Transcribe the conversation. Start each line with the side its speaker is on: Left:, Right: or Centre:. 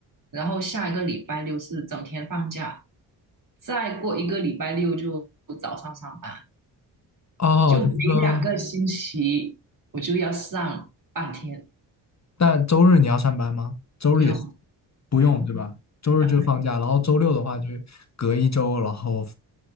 Right: 然后下一个礼拜六是整天放假，再过一个礼拜六就早上上班，
Left: 哦，
Right: 就每两个星期我就要上半天，
Left: 等于说。但周日你要上班吗？周日也是
Right: 不用，
Left: 不用，
Right: 没有，
Left: 对吧？周日就放假，
Right: 啊，
Left: 然后周六的话就隔一周，然后